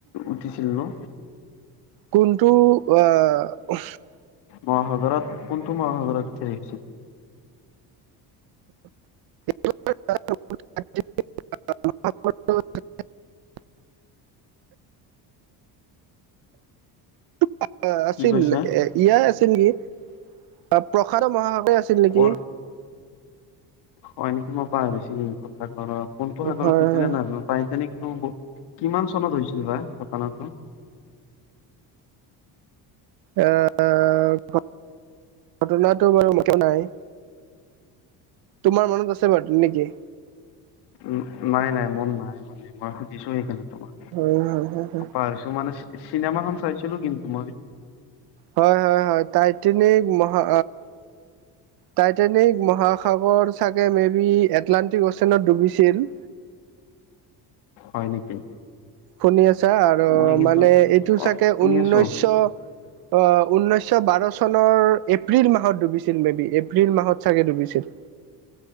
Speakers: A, on the left; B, on the right.
A: উঠিছিল ন'?
B: কোনটো আহ'-
A: মহাসাগৰত কোনটো মহাসাগৰত থেলিছিল?
B: <unintelligible> <unintelligible> <unintelligible> আছিল
A: কি কৈছা
B: এ- ইয়াই আছিল নেকি, অঁ' প্ৰখান্দ মহাসাগৰে আছিল নেকি।
A: কৰ হয় নেকি, মই পাহৰিছিলো, সাগৰত কোনটো সাগৰত
B: হয়
A: নিছিলে
B: হয়
A: নাজানোঁ, টাইটানিকতো কিমান চনত হৈছিল বা ঘটনাটো?
B: অ', ঘটনাটো বাৰু একো নাই। তোমাৰ মনত আছে বাৰু নেকি?
A: উম্, নাই নাই মন নাই মানে, মই সুধিছোঁ সেইকাৰণে তোমাক।
B: উম্,
A: চাইছোঁ, মানে চিনেমাখন চাইছিলোঁ কিন্তু মই।
B: হয় হয় হয়, টাইটানিক মহা টাইটেনিক মহাসাগৰ চাগে মে বি, এটলানণ্টিক অশচনত ডুবিছিল।
A: হয় নেকি?
B: শুনি আছাঁ আৰু
A: মই কিন্তু
B: মানে এইটো
A: অ
B: চাগে
A: শুনি
B: ঊনৈছশ
A: আছো
B: অ', ঊনৈছশ বাৰ চনৰ এপ্ৰিল মাহত ডুবিছিল মে বি, এপ্ৰিল মাহত চাগে ডুবিছিল।